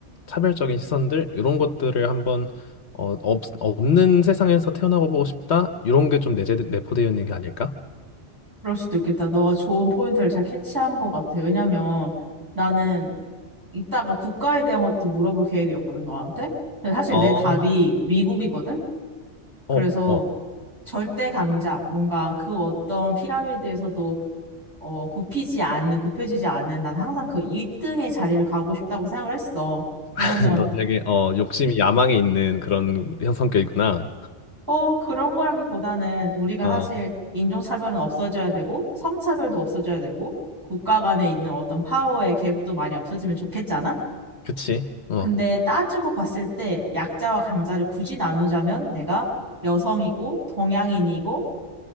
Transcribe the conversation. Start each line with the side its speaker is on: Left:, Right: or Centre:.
Left: 차별적인 시선들? 이런 것들을 한번, 어, 없, 없는 세상에서 태어나고 보고 싶다? 이런 게 좀 내재, 내포되어 있는 게 아닐까?
Right: 그럴 수도 있겠다. 너가 좋은 포인트를 잘 캐치한 것 같아. 왜냐면 나는 이따가 국가에 대한 것도 물어볼 계획이었거든, 너한테. 근데 사실
Left: 어,
Right: 내 답이 미국이거든? 그래서
Left: 어, 어,
Right: 절대 강자, 뭔가 그 어떤 피라미드에서도 어, 굽히지 않는, 굽혀지지 않는, 난 항상 그 1등의 자리를 가고 싶다고 생각을 했어. 왜냐면,
Left: <laughs> 너 되게 어 욕심이 야망에 있는 그런 형 성격이구나.
Right: 어, 그런 거라기보다는 우리가
Left: 어,
Right: 사실 인종차별은 없어져야 되고, 성차별도 없어져야 되고, 국가 간에 있는 어떤 파워의 갭도 많이 없어지면 좋겠잖아?
Left: 그치? 어,
Right: 근데 따지고 봤을 때 약자와 강자를 굳이 나누자면 내가 여성이고, 동양인이고,